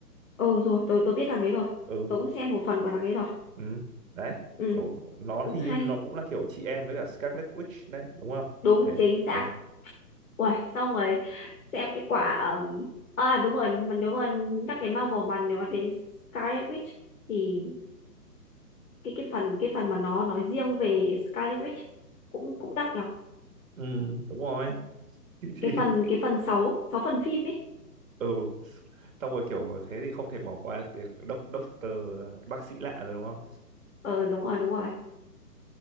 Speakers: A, on the left; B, on the right.
A: ờ rồi tôi tôi biết thằng đấy rồi
B: ừ
A: tôi cũng xem một phần của thằng đấy rồi
B: ừ đấy
A: ừ
B: kiểu nó
A: cũng
B: thì
A: hay
B: nó cũng là kiểu chị em với cả Scarlet Witch đấy đúng không
A: đúng
B: kiểu thế
A: chính xác
B: ừ.
A: Uầy, xong rồi xem cái quả ừm, à đúng rồi mà nếu mà nhắc đến Marvel mà nếu mà đến Scarlet Witch thì cái cái phần cái phần mà nó nói riêng về Scarlet Witch cũng cũng đắt nhở
B: Ừ, đúng rồi. <laughs> Thì, thì
A: cái phần cái phần 6 6 phần phim ấy
B: ừ, xong rồi kiểu thế thì không thể bỏ qua việc đốc doctor bác sĩ lạ rồi đúng không?
A: ờ đúng rồi đúng rồi